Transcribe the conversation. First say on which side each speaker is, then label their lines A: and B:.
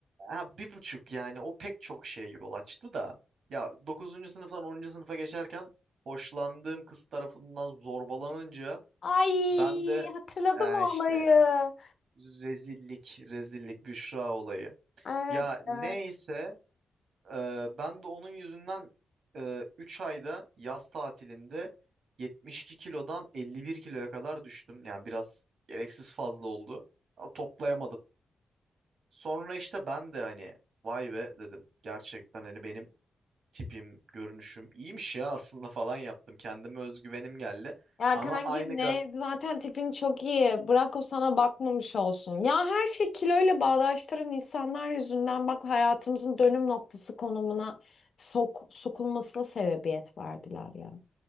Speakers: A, on the right; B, on the left.
A: Ha, bir buçuk yani o pek çok şeye yol açtı da. Ya dokuzuncu sınıftan onuncu sınıfa geçerken hoşlandığım kız tarafından zorbalanınca
B: Ay
A: ben de
B: hatırladım
A: e,
B: o
A: işte
B: olayı.
A: Rezillik, rezillik Büşra olayı.
B: Evet,
A: Ya neyse
B: evet.
A: e, ben de onun yüzünden e, 3 ayda yaz tatilinde 72 kilodan 51 kiloya kadar düştüm. Yani biraz gereksiz fazla oldu. Ama toplayamadım. Sonra işte ben de hani vay be dedim. Gerçekten hani benim tipim, görünüşüm iyiymiş ya aslında <laughs> falan yaptım. Kendime özgüvenim geldi.
B: Ya
A: Ama
B: kanki
A: aynı
B: ne
A: gad...
B: zaten tipin çok iyi. Bırak o sana bakmamış olsun. Ya her şey kiloyla bağdaştıran insanlar yüzünden bak hayatımızın dönüm noktası konumuna sok sokulmasına sebebiyet verdiler ya.